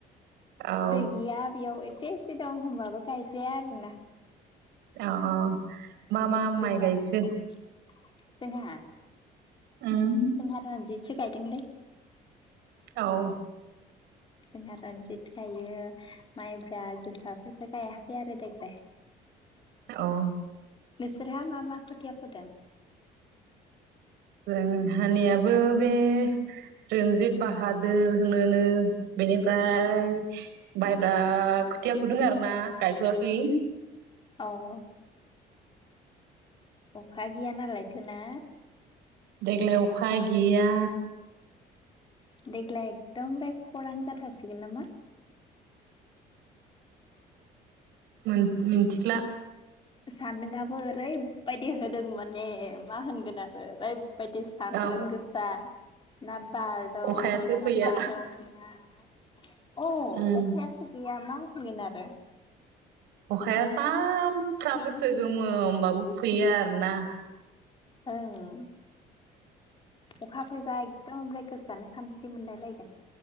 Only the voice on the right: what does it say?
औ
जोहा अ मा मा माइ
गायखो?
उम
औ
औ
जों हानियाबो बे रन्जित बाहादोर होनोनो बेनिफ्राय माइब्रा खोथिया फुदों आरो ना गायथ'वाखै
देग्लाय अखा गैया
मोन मिथिगला
औ
अखायासो
फैया
उम
अखाया सानफ्रामबो सोगोमो होमबाबो फैया आरो ना